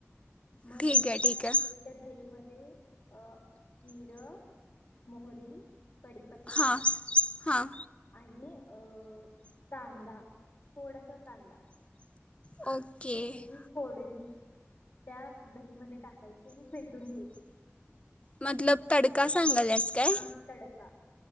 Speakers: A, on the left; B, on the left.
A: मग
B: ठीक
A: त्याच्यात
B: आहे
A: काय
B: ठीक
A: करायचं
B: आहे
A: त्या दही म.. अ जिर, मोहरी कडीपत्ता
B: हां हां
A: आणि अ कांदा थोडासा कांदा
B: ओके
A: ह्याची फोडणी त्या दहीमध्ये टाकायची आणि फेटून घ्यायची
B: मतलब तडका सांगाल्यास काय
A: हा तडका